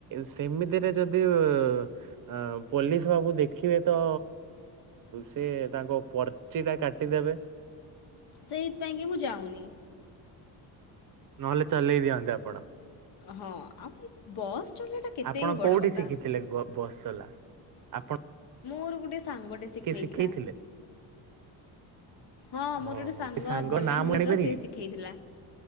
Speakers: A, on the right; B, on the left.
A: ସେମିତିରେ ଯଦି ଆ ପୋଲିସ ବାବୁ ଦେଖିବେ ତ ସି ତାଙ୍କ ପର୍ଚିଟା କାଟିଦେବେ।
B: ସେଇଥି ପାଇଁ କି ମୁଁ ଯାଉନି?
A: ନହେଲେ ଚଲେଇ ଦିଅନ୍ତେ ଆପଣ?
B: ହଁ ଆଉ ଏ ବସ୍ ଚଲେଇବାଟା କେତେ
A: ଆପଣ
B: ହିଁ ବଡ଼
A: କୋଉଠି
B: କଥା।
A: ଶିଖିଥିଲେ ବସ ଚଲା ଆପଣ
B: ମୋର ଗୋଟେ ସାଙ୍ଗଟେ ଶିଖେଇଥିଲା।
A: ଶିଖେଇଥିଲେ?
B: ହଁ ମୋର
A: ଓହୋ
B: ଗୋଟେ ସାଙ୍ଗ
A: ସେ
B: ବଲାଙ୍ଗୀର
A: ନାଁ ମୁଁ ଜାଣିପାରିବି?
B: ର ସେ ଶିଖାଇଥିଲା।